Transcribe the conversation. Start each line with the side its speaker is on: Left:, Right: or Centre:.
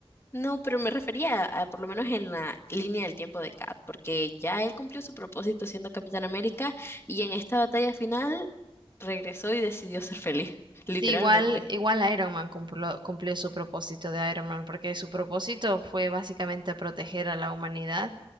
Left: No, pero me refería a, por lo menos en la línea del tiempo de Kat, porque ya él cumplió su propósito siendo Capitán América y en esta batalla final regresó y decidió ser feliz, literalmente.
Right: Sí, igual, igual Iron Man cumplió, cumplió su propósito de Iron Man, porque su propósito fue básicamente proteger a la humanidad